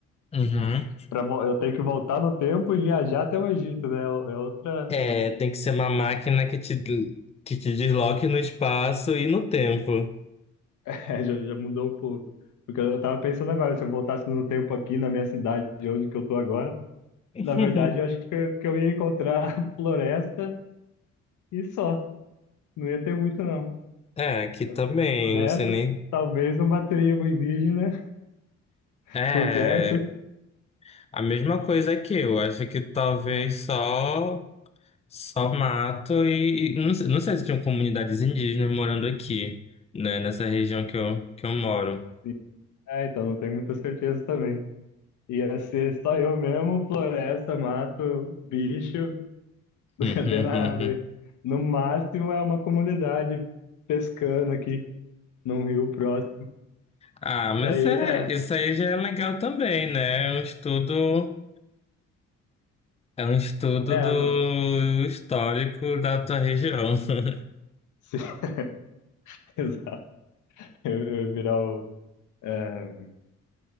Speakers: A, on the left (about 20°); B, on the left (about 75°).
A: Uhum.
B: pra, vo- eu tenho que voltar no tempo e viajar até o Egito, né? É o- é outra.
A: É, tem que ser uma máquina que te, que te desloque no espaço e no tempo.
B: <laughs> É, já, já mudou um pouco. Porque eu tava pensando agora, se eu voltasse no tempo aqui na minha cidade, de onde que eu tô agora,
A: <laughs>
B: na verdade eu acho que eu, que eu ia encontrar <laughs> floresta e só. Não ia ter muito, não.
A: É, aqui
B: É,
A: também,
B: floresta,
A: não sei nem.
B: talvez uma tribo indígena <laughs>
A: É,
B: por perto.
A: A mesma coisa que eu, acho que talvez
B: É,
A: só só mato e, e não, sei não sei se tinham comunidades indígenas morando aqui, né, nessa região que eu, que eu moro.
B: sim. É, então não tenho muita certeza também. Ia ser só eu mesmo, floresta, mato, bicho, <laughs> não
A: <laughs>
B: ia ter nada. aí. No máximo é uma comunidade pescando aqui num rio próximo.
A: Ah, mas
B: Daí,
A: é,
B: é.
A: isso aí já é legal também, né? É um estudo, é um estudo
B: É,
A: do
B: mano.
A: histórico da tua região. <laughs>
B: Se- <laughs> Exato. Eu, eu virar o é,